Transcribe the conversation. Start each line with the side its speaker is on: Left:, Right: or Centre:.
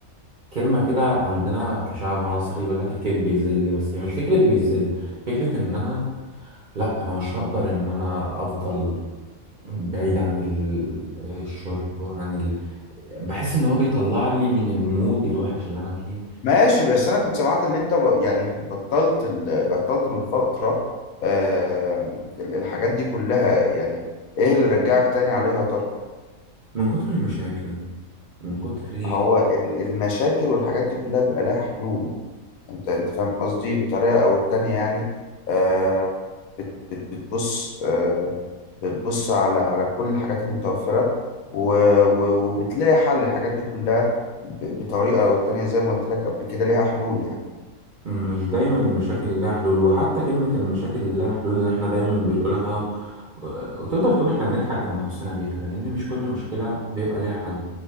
Right: كلمة كده عندنا كشعب مصري بيقول لك الكيف بيذل بس يعني مش فكرة بيذل فكرة ان انا لا انا مش هقدر ان انا افضل بعيد عن ال- آه، الشرب وعن ال... بحس ان هو بيطلعني من المود الوحش اللي انا فيه
Left: ماشي بس انا كنت سمعت اللي انت ب... يعني بطلت ال... بطلت من فتره آه، ال- الحاجات دي كلها يعني ايه اللي رجعك تاني عليها يا ترى
Right: من كتر المشاكل من كتر
Left: هو ال- المشاكل والحاجات دي كلها بيبقى لها حلول انت انت فاهم قصدي بطريقة او التانية يعني آه بت- بتبص آه بتبص على على كل الحاجات المتوفرة و- و- وبتلاقي حل الحاجات دي كلها ب- بطريقة او التانية زي ما قلت لك قبل كده ليها حلول يعني
Right: مش دايما المشاكل اللي لها حلول وحتى كلمة المشاكل اللي لها حلول اللي احنا دايما بنقولها و- وتقدر تقول احنا بنضحك على نفسنا بيها لأن مش كل مشكلة بيبقى ليها حل